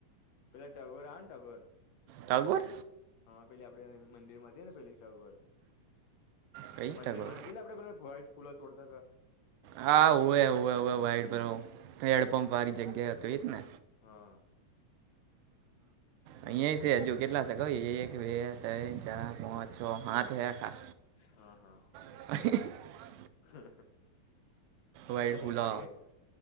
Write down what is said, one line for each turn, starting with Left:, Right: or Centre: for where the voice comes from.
Left: પેલા ટગોર આવે ને ટગોર.
Right: ટગોર
Left: હા, પેલી આપડે મંદિરમાં હતી ને પેલી ટગર.
Right: કઈ
Left: મંદિર
Right: ટગોર
Left: માં નથી લા. આપડે પેલા વાઈટ ફૂલો તોડતા તા.
Right: હા હુવે હુવે હોવે વાઈટ પેલો હેડપંપ
Left: ઓ
Right: વાળી જગ્યા અતો એજ ને.
Left: હા
Right: અઈયાંય સે હજુ કેટલા સે ક એક, બે, તઈ, ચાર, પાચ, છ, હાથ હે આખા.
Left: હ હ.
Right: <unintelligible>
Left: <unintelligible> આ
Right: વાઈટ
Left: સેઈની
Right: ફૂલો
Left: હાડી આયી.